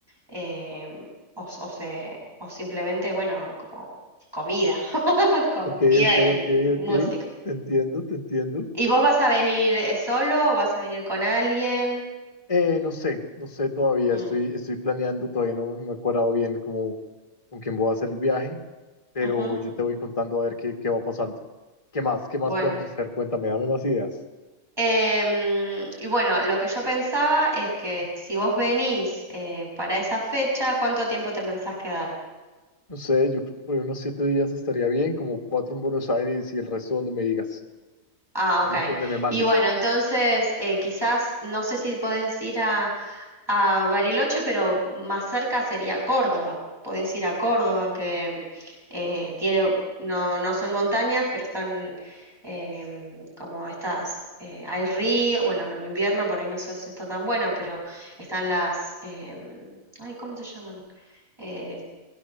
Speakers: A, on the right; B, on the left.
A: eh, o, s- o se, o simplemente, bueno, como comida, <laughs> comida
B: Ok, ok,
A: y,
B: ok,
A: y
B: ok,
A: música.
B: te entiendo, te entiendo.
A: ¿Y vos vas a venir eh, solo o vas a venir con alguien?
B: Eh, no sé, no sé todavía,
A: Mm,
B: estoy, estoy planeando, todavía no me he cuadrado bien como con quién voy a hacer el viaje pero
A: ujú,
B: yo te voy contando a ver qué, qué va pasando. ¿Qué más? ¿Qué más
A: Bueno.
B: podemos hacer? Cuéntame, dame más ideas.
A: Em, y bueno, lo que yo pensaba es que si vos venís eh, para esa fecha, ¿cuánto tiempo te pensás quedar?
B: No sé, yo creo que por ahí unos siete días estaría bien, como cuatro en Buenos Aires y el resto donde me digas,
A: Ah,
B: donde
A: ok.
B: donde me mandes.
A: Y bueno, entonces eh, quizás, no sé si podés ir a, a Bariloche, pero más cerca sería Córdoba. Podés ir a Córdoba, que eh, tiene, no, no son montañas, pero están em, como estas, eh, hay río, bueno, en invierno por ahí no sé si está tan bueno, pero están las, em, ay, ¿cómo se llaman? Eh,